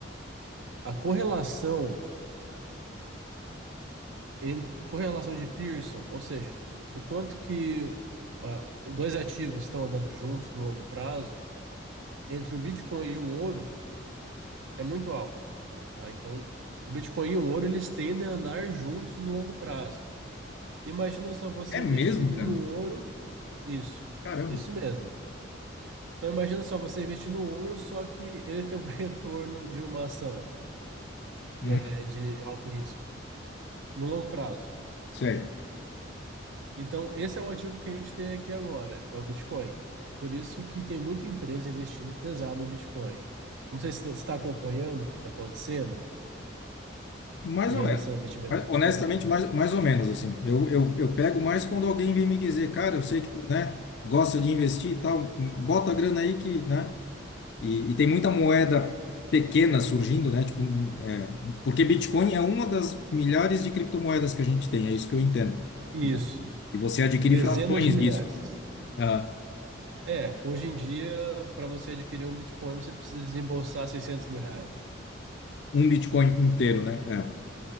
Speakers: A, on the right; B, on the left.
A: A correlação, en- correlação de Pearson, ou seja, o quanto que ah, os dois ativos estão andando juntos no longo prazo, entre o Bitcoin e o ouro, é muito alto. tá? Então, o Bitcoin e o ouro, eles tendem a andar juntos no longo prazo. Imagina só você
B: É mesmo,
A: investindo
B: cara?
A: no ouro. Isso,
B: Caramba.
A: isso mesmo. Então imagina só você investir no ouro, só que ele tem um <laughs> retorno de uma ação de,
B: Uhum.
A: eh, de alto risco, no longo prazo.
B: Isso aí.
A: Então esse é o ativo que a gente tem aqui agora, é o Bitcoin. Por isso que tem muita empresa investindo pesado em Bitcoin. Não sei se você está acompanhando o que está acontecendo
B: Mais
A: em
B: ou
A: relação
B: menos.
A: ao investimento
B: Mas,
A: no
B: Honestamente,
A: Bitcoin.
B: mais, mais ou menos, assim. Eu, eu, eu pego mais quando alguém vem me dizer, cara, eu sei que tu, né, gosta de investir e tal, bota a grana aí que, né? E, e tem muita moeda pequena surgindo, né? Tipo, é, porque Bitcoin é uma das milhares de criptomoedas que a gente tem, é isso que eu entendo.
A: Isso,
B: E você adquire
A: dezenas
B: frações
A: de milhares.
B: Uhum. disso. né? Ah,
A: É, hoje em dia, para você adquirir um Bitcoin, você precisa desembolsar seiscentos mil reais.
B: um Bitcoin inteiro, né? É,